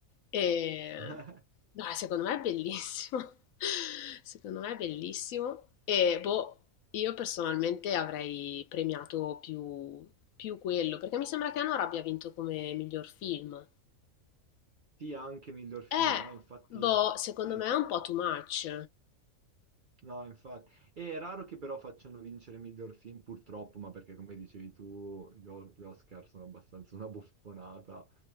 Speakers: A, on the left; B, on the right.
A: e
B: <laughs>
A: no, secondo me è bellissimo. <laughs> Secondo me è bellissimo e boh, io personalmente avrei premiato più, più quello, perché mi sembra che Anora abbia vinto come miglior film.
B: Sì, anche miglior film,
A: Eh,
B: no? Infatti,
A: boh, secondo
B: sì,
A: me
B: sì.
A: è un po' too much.
B: No, infatti. È raro che però facciano vincere miglior film, purtroppo, ma perché come dicevi tu, gli o- gli Oscar sono abbastanza una buffonata.